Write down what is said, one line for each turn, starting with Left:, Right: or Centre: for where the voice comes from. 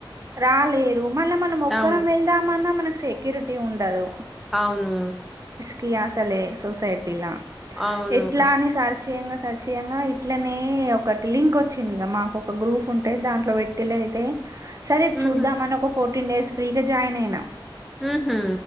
Right: రాలే దు మళ్ళ మనం ఒక్కరం
Centre: అవును.
Right: వెళ్దామన్నా మన సెక్యూరిటీ ఉండదు
Centre: అవును
Right: కి అస్సలే సొసైటీలా
Centre: అవును.
Right: ఎట్లానే సార్ సర్చ్ చేయ్యంగా సర్చ్ చేయ్యంగా ఇట్లనే ఒకటి లింక్ వచ్చింది ఇక మాకు ఒక గ్రూప్ ఉంటే దాంట్లో పెట్టటిలు అయితే, సరే
Centre: హుహు.
Right: చూదాం మనీ ఒక ఫోటో టెన్ డేస్ స్ ఫ్రీగా జాయిన్ అయినా
Centre: ఉహు